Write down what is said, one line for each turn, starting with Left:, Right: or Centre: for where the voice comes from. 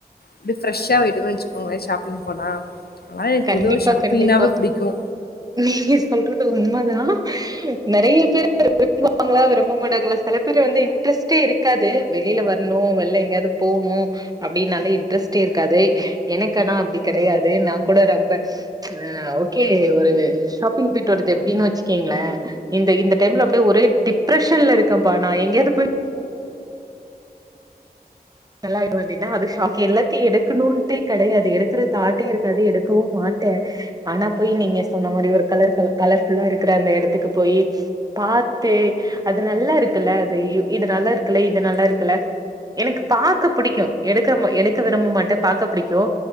Left: அப்டி ஃப்ரெஷ்ஷா <unintelligible> உங்க ஷாப்பிங் போனா அதனால எனக்கு
Right: கண்டிப்பா
Left: பொதுவா ஷாப்பிங்னாவே
Right: கண்டிப்பா
Left: புடிக்கு
Right: நீ சொல்றது உண்மதா நிறைய பேர் விரும்புவாங்களா விரும்ப மாட்டாங்களா சில பேர் வந்து இன்ட்ரெஸ்ட்டே இருக்காது வெளியில வரணு வெளில எங்கேயாவது போகணு அப்படின்னால இன்ட்ரெஸ்ட்டே இருக்காது எனக்குனா அப்படி கிடையாது நாங் கூட ரொம்ப அ ஓகே ஒரு ஷாப்பிங் பெய்ட் வரது எப்டினு வச்சுக்கீங்களே இந்த இந்த டைம்ல அப்படியே ஒரே டிப்ரெஷன்ல இருக்கே பா நா எங்கயாவது போய் செல வந்தீனா அது ஷாக்கே இல்ல தி எடுக்கணும்டே கெடையாது எடு தாட்டே இருக்காது எடுக்கவு மாட்டே ஆனா போய் நீங்க சொன்ன மாதிரி ஒரு கலர் கலர்ஃபுல்லா இருக்கிற அந்த இடத்துக்கு போய் பார்த்து அது நல்லா இருக்குல்ல அது இது நல்லா இருக்குல்ல இது நல்லா இருக்குல்ல எனக்கு பாக்க பிடிக்கு எடுக்க எடுக்க விரும்ப மாட்டே பார்க்க பிடிக்கும்